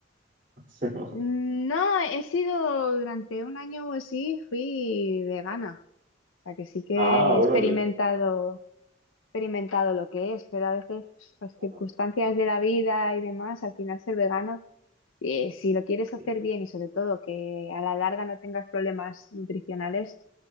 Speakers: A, on the right (about 40°); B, on the left (about 80°).
A: <laughs>
B: mm, No, he sido durante un año o así, fui vegana. O sea que sí que
A: Ah,
B: he
A: órale.
B: experimentado, experimentado lo que es, pero a veces pues, las circunstancias
A: Ajá.
B: de la vida y demás, al final ser vegano, eh, si lo quieres
A: Sí,
B: hacer bien y sobre todo que a la larga no tengas problemas nutricionales,